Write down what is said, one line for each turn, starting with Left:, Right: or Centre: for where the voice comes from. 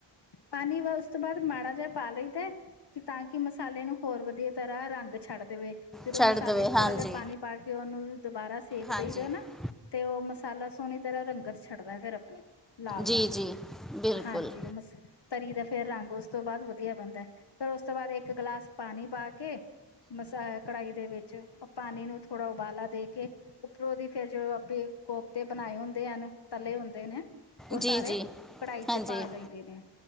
Left: ਪਾਣੀ ਵ, ਉਸ ਤੋਂ ਬਾਅਦ ਮਾੜਾ ਜਿਹਾ ਪਾ ਲਈਦਾ, ਕਿ ਤਾਂਕੀ ਮਸਾਲੇ ਨੂੰ ਹੋਰ ਵਧੀਆ ਤਰ੍ਹਾਂ ਰੰਗ ਛੱਡ ਦੇਵੇ, ਜਦੋਂ
Centre: ਛੱਡ
Left: ਮਸਾਲੇ'ਚ
Centre: ਦੇਵੇ
Left: ਥੋੜ੍ਹਾ
Centre: ਹਾਂਜੀ
Left: ਜਿਹਾ ਪਾਣੀ ਪਾਕੇ ਉਹਨੂੰ ਦੁਬਾਰਾ ਸੇਕ
Centre: ਹਾਂਜੀ
Left: ਦੇਈ ਦੇ ਨਾ, ਤੇ ਉਹ ਮਸਾਲਾ ਸੋਹਣੀ ਫਿਰ ਰੰਗਤ ਛੱਡਦਾ ਫਿਰ ਆਪਣੀ, ਲਾਲ ਰੰਗ।
Centre: ਜੀ ਜੀ ਬਿਲਕੁਲ
Left: ਹਾਂ ਤਰੀ ਦਾ ਫਿਰ ਰੰਗ ਉਸ ਤੋਂ ਬਾਅਦ ਵਧੀਆ ਬਣਦਾ, ਫਿਰ ਉਸ ਤੋਂ ਬਾਅਦ ਇੱਕ ਗਲਾਸ ਪਾਣੀ ਪਾ ਕੇ ਮਸਾਲਾ ਕੜਾਹੀ ਦੇ ਵਿੱਚ ਪਾਣੀ ਨੂੰ ਥੋੜ੍ਹਾ ਉਬਾਲਾ ਦੇ ਕੇ ਉੱਪਰੋਂ ਦੀ ਫਿਰ ਜਦੋਂ ਆਪੇ ਕੋਫਤੇ ਬਣਾਏ ਹੁੰਦੇ ਹਨ ਤਲੇ ਹੁੰਦੇ ਨੇ ਉਹ
Centre: ਜੀ
Left: ਸਾਰੇ
Centre: ਜੀ
Left: ਕੜਾਹੀ
Centre: ਹਾਂਜੀ
Left: ਚ ਪਾ ਲਈਦੇ ਨੇ